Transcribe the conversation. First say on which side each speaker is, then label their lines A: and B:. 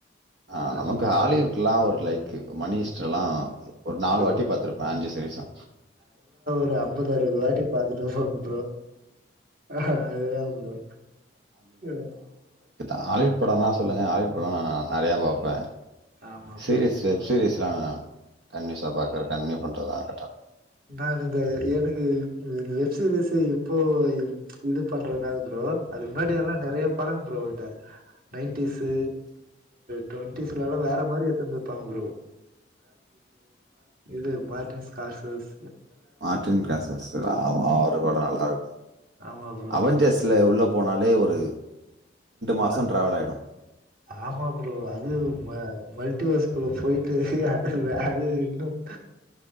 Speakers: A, on the right (about 75°); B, on the right (about 50°).
A: ஆ
B: அந்த
A: நமக்கு
B: மாரிதா
A: ஹாலிவுட்லா ஒரு லைக் மணிஹெய்ஸ்ட் எல்லா
B: ஆ
A: ஒரு நாலு
B: ப்ரோ
A: வாட்டி பாத்திருப்பே அஞ்சு தேஷா
B: அ அம்பது அறுவது வாட்டி பாத்துட்ட ப்ரோ ஆஹ் அதுதா ப்ரோ ஆ
A: ஆ ஹாலிவுட் படம்னா சொல்லுங்க ஹாலிவுட் படம்லா நா நெறைய பாப்பே
B: ஆமா
A: சீரீஸ்
B: ப்ரோ
A: வெப் சீரீஸ் ஆ கண்ட்னியூஸா பாக்கறே கண்ட்னியூ பண் அதான்
B: நானு இந்த எனக்கு <unintelligible> சீரியஸ் இப்போ இது பண்றதுனால ப்ரோ அதுக்கு முன்னாடி எல்லாம் நிறைய படம் ப்ரோ இந்த நைண்டிஸு ட்டுவண்டிஸு எல்லாரு வேற மாதிரி எடுத்திருந்துருப்பாங்க ப்ரோ <unintelligible> காசஸ்
A: மார்ட்டின் காஸ்ஸ் ஆமா அவரு கூட நல்லா இருக்கும்
B: ஆமா ப்ரோ
A: அவஞ்சேர்ஸ்ல உள்ள போனாலே ஒரு மாசம்
B: அது
A: ட்ராவல் ஆயிடும்.
B: ஆமா ப்ரோ அது வ க்குள்ள போயிட்டு அது அது இன்னும்